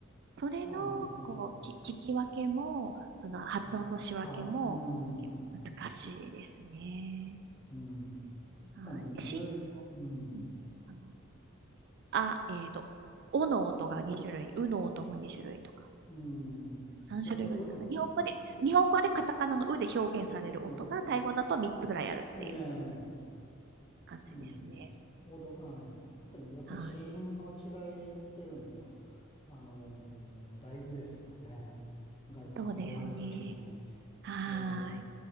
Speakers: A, on the right (about 50°); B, on the left (about 25°).
A: それの、
B: ああ、なるほど。
A: こう、き、聞き分けも、その発音の仕分けも、
B: あ、あ、うん、
A: 結構難しいですね。
B: うん。確かに、
A: はい。子音も、
B: ゆ、うん、
A: うん、あの、あ、えっと、おの音が2種類、うの音も2種類とか、
B: うん。
A: 3種類ぐらいかな。
B: えっと、うの、
A: 日本語で、
B: う、
A: 日本語でカタカナのうで表現される音が、
B: う、
A: タイ語だと3つぐらいあるっていう
B: ええ、
A: 感じですね。
B: うん。ほど、あ、ええ特にやっぱり子音の違いっていうのは、
A: はい。
B: あのー大事ですよね。外国をやるときに。
A: そうですね。はーい。
B: ええ